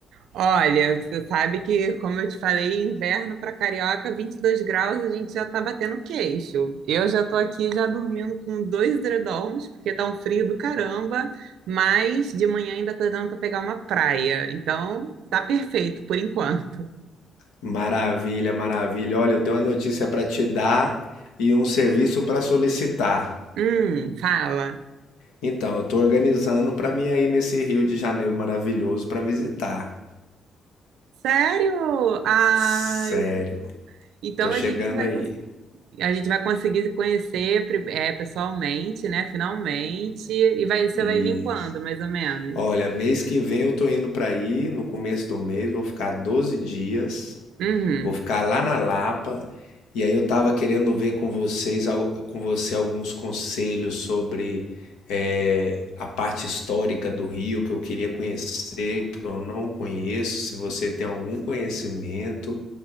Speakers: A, on the right; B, on the left.
A: Olha, você sabe que, como eu te falei, inverno para carioca, 22 graus, a gente já tá batendo queixo. Eu já tô aqui já dormindo com dois edredons, porque tá um frio do caramba, mas de manhã ainda tá dando para pegar uma praia. Então, tá perfeito por enquanto.
B: Maravilha, maravilha. Olha, eu tenho uma notícia para te dar e um serviço para solicitar.
A: Hum, fala.
B: Então, eu tô organizando para mim aí nesse Rio de Janeiro maravilhoso para visitar.
A: Sério? Ai,
B: Sério,
A: Então
B: tô chegando
A: a gente vai
B: aí.
A: cons- a gente vai conseguir se conhecer pri- é, pessoalmente, né? Finalmente. E vai, você
B: E
A: vai vir quando, mais ou menos?
B: Olha, mês que vem eu tô indo pra aí, no começo do mês, vou ficar 12 dias,
A: Uhum,
B: vou ficar lá na Lapa, e aí eu tava querendo ver com vocês, al- com você alguns conselhos sobre eh, a parte histórica do Rio que eu queria conhecer, que eu não conheço, se você tem algum conhecimento,